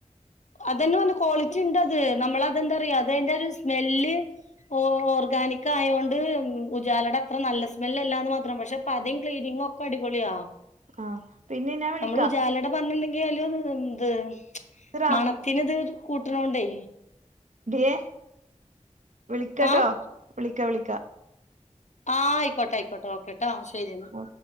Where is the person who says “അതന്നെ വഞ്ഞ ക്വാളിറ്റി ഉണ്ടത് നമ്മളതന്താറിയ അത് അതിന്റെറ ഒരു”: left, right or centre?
Left